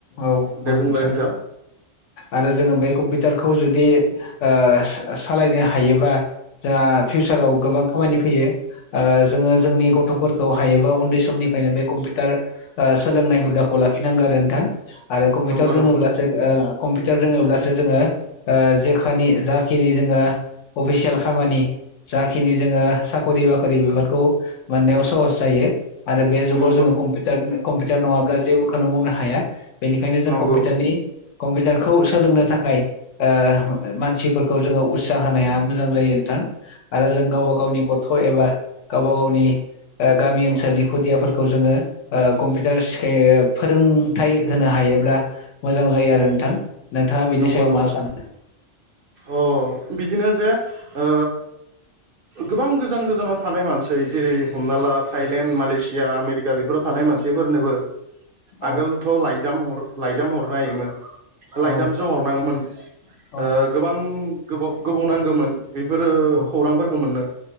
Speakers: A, on the left (about 80°); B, on the right (about 60°).
A: औ
B: दे
A: बुं
B: बुंलाय
A: नों थां।
B: नोंथां
A: आरो जोङो बे कम्पिउटारखौ जुदि ओ सा सालायनो हायोबा जोंहा फिउसाराव गोबां खामानि फैयो ओ जोङो जोंनि गथ'फोर खौ हायोबा उन्दै समनिफायनो बे कम्पिउटार ओ सोलोंनाय हुदाखौ लाखिनांगो आरो नोंथां। आरो कम्पिउटार
B: नंगौ
A: रोङोब्लासो
B: नंगौ
A: ओ कम्पिउटार रोङोब्लासो जोङो ओ जेखानि जाखिनि जोङो अफिसियेल खामानि जाखिनि जोङो साखरि बाखरि बेफोरखौ मोननायाव सहस जायो। आरो बे जुगाव
B: नंगौ
A: जोङो कम्पिउटार कम्पिउटार नङाब्ला जेबोखोनो मावनो हाया। बेनिखायनो जों
B: नंगौ
A: कम्पिउटारनि कम्पिउटारखौ सोलोंनो थाखाय ओ मानसिफोर खौ जोङो उत्साह होनाया मोजां जायो नोंथां आरो जों गावबा गावनि गथ' एबा गावबा गावनि ओ गामि
B: अ
A: ओनसोलनि खुदियाफोरखौ जोङो ओ कम्पिउटार सिखाय ओ फो रोंथाइ होनो हायोब्ला मोजां जायो
B: अ
A: आरो नों थां नोंथाङा बेनि
B: नंगौ
A: सायाव
B: नंगौ
A: मा सानो?
B: अ बिदिनो जे ओ गोबां गोजान गोजानाव थानाय मानसै जेरै हमना ला थाइलेणड मालेसिया आमेरिका बेफोराव थानाय मा मानसिफोरनोबो
A: औ
B: आगोलथ' लाइजाम हर लाइजाम हरनो हायोमोन। लायजामजो
A: औ
B: हरनाङोमोन
A: औ
B: ओ गोबां गोबाव गोबाव नांगोमोन। बेफोरो
A: औ
B: खौरांफोरखो मोननो